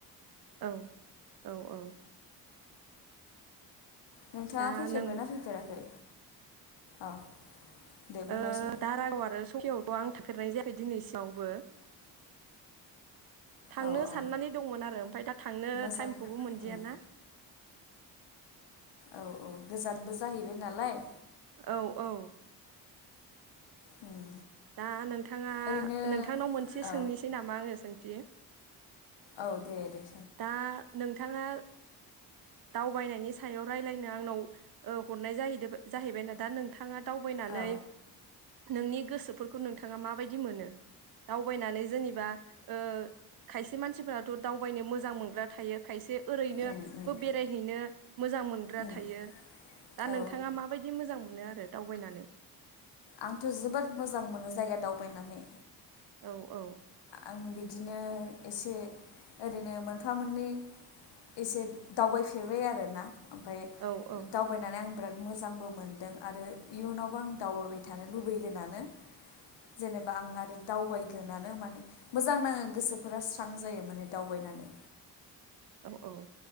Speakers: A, on the right; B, on the left.
A: औ-औ-औ
B: नोंथाङा
A: दा
B: फैफेरबाय
A: नों
B: ना फैफेराखै? औ दे बुंनायसै
A: ओ दारागाव आरो सखि अ आं थांफेरनाय जायाखै दिनैसिमयावबो थांनो
B: औ औ
A: साननानै दंमोन आरो ओमफाय दा थांनो
B: मोजां
A: टाइमखौबो मोनदियाना।
B: उम औ-औ गोजानबो जाहैबाय नालाय।
A: औ-औ
B: उम
A: दा नोंथाङा
B: ओरैनो
A: नोंथांनाव मोनसे
B: औ
A: सोंनोसै नामा आङो सों थि
B: औ दे-दे
A: दा नों नोंथाङा दावबायनायनि सायाव रायलायनो आंनाव ओ हरनाय जाहैदों जाहैबायना दा नोंथाङा दावबायनानै
B: औ
A: नोंनि गोसोफोर खौ नोंथाङा माबायदि मोनो? दावबायनानै जेनेबा ओ खायसे मानसिफोराथ' दावबायनो मोजां मोजां मोनग्रा थायो खायसे ओरैनो
B: उम उम
A: बो बेरायहैनो मोजां मोनग्रा
B: उम
A: थायो दा
B: औ
A: नोंथाङा माबायदि मोजां मोनो रो दावबायनानै
B: आंथ' जोबोद मोजां मोनो जायगा दावबायनानै
A: औ औ
B: आं बिदिनो एसे ओरैनो मोनफा मोननै एसे दावबायफेरबाय आरो ना ओमफ्राय
A: औ औ
B: दावबायनानै आं बिराद मोजांबो मोनदों आरो इयुनावबो आं दावबायबाय थानो लुबैगोनानो जेनेबा आं आरो दावबायगोनानो माने मोजां नाङो गोसोफोरा स्रां जायो माने दावबायनानै
A: औ औ।